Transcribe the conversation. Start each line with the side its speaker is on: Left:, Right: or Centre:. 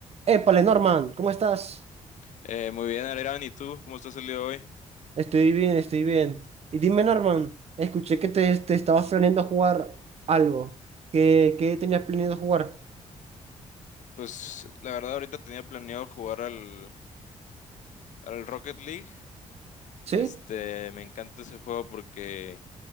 Right: Épale, Norman, ¿cómo estás?
Left: Eh, muy bien, Alirán, ¿y tú? ¿Cómo estás el día de hoy?
Right: Estoy bien, estoy bien. Y dime, Norman, escuché que te, te estabas planeando jugar algo. ¿Qué, qué tenías planeado jugar?
Left: Pues la verdad ahorita tenía planeado jugar al, al Rocket League.
Right: ¿Sí?
Left: Este, me encanta ese juego porque